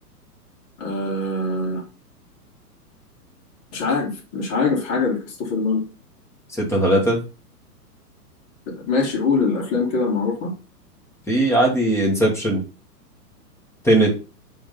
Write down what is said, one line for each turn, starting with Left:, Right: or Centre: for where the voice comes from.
Left: آه مش عارف مش عارف حاجه لكريستوفر نولان
Centre: ستة ثلاثة
Left: ماشي قول الافلام كده المعروفه
Centre: في عادي انسبشن تنت